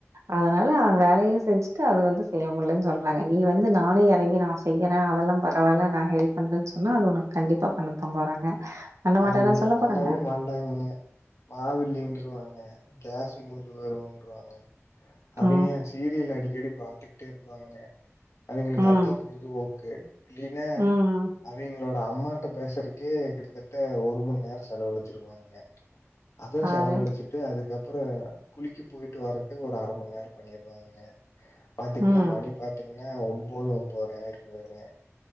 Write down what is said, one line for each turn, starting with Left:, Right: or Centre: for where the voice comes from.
Right: அதனால அவ வேலயு ஜஸ்ட்ட்டு அத வந்து செய்யமுல்லன்னு சொல்றாங்க நீ வந்து நானு எறங்கி நா செய்யிறே அதெல்லா பரவாயில்ல நா ஹெல்ப் பண்ணறேன்னு சொன்னா அது உனக்கு கண்டிப்பா பண்ணத்தா போறாங்க பண்ண மாட்டேன்னா
Left: அவிங்க
Right: சொல்ல
Left: பண்ணவே
Right: போறாங்க
Left: மாட்டாங்கங்க மாவு இல்லேன்னுருவாங்க கேஸ் மூட்ஞ்சி போயிருன்ருவாங்க அவிங்க
Right: ம்
Left: சீரியல் அடிக் தேடி பாத்துக்கிட்டே இருப்பாய்ங்க அவிங்களுக்கு
Right: ம்
Left: அதா பொழுதுபோக் கே இல்லின்னா
Right: ம்
Left: அவிங்க எங்களோட அம்மாட்ட பேசுறக்கே கிட்டத்தட் ட்ட ஒரு மணி நேர செலவழிச்சிருவானுங்க அதுவு
Right: பாரு
Left: செலவழிச்சிட்டு அதுக்கப் அப்பறோ குளிக்க போயிட்டு வரக்கே ஒரு அர மணி நேர பண்ணீருவாங்கங்க பாத்தீங்கன்னா
Right: ம்
Left: மணி பாத்தீங்க ஏங்க ஒம்போது ஒம்போதர ஆயிர பாருங்க